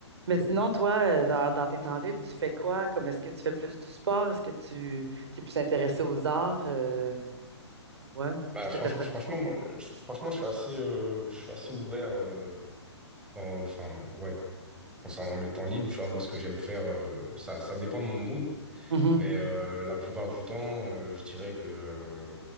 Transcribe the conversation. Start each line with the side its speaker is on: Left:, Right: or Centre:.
Right: Mais sinon, toi, euh, dans, dans tes temps libres, tu fais quoi? Comme est-ce que tu fais plus du sport? Est-ce que tu es plus intéressé aux arts? Euh, ouais,
Centre: Bah,
Right: tu t'intéresses
Centre: franch-
Right: à
Centre: franchement,
Right: quoi?
Centre: moi, je, franchement, je suis assez, euh, je suis assez ouvert. euh, en- enfin, ouais, concernant mes temps libres, tu vois, moi, ce que j'aime faire, euh, ça, ça dépend de mon mood,
Right: Mhm.
Centre: mais euh, la plupart du temps, euh, je dirais que, euh,